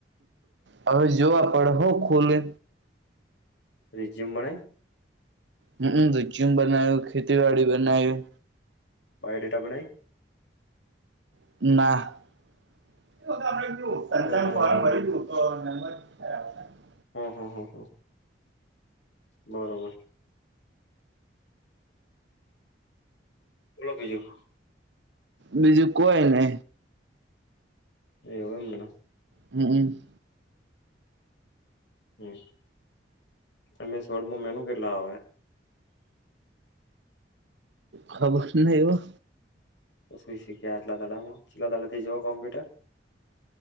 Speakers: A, on the left (about 75°); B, on the right (about 70°).
A: બનાયા
B: હવે જો આપડ હો ખોલે.
A: રિઝ્યુમ બનાઈ
B: હમ્મ હમ્મ એચૂમ બનાયું, ખેતીવાડી બનાયું.
A: Bio data બનાઇ?
B: ના.
A: હ હ હ હ
B: <unintelligible>
A: હો હો હો હો. બરોબર. બોલો બીજું
B: બીજું કો એને?
A: એવું એમને.
B: હમ
A: હમ એમેસોડમાં મેનું કેટલા આવે?
B: ખબર નય હ
A: <unintelligible> શીખ્યા એટલા દાડામાં <unintelligible> જો કોમ્પ્યુટર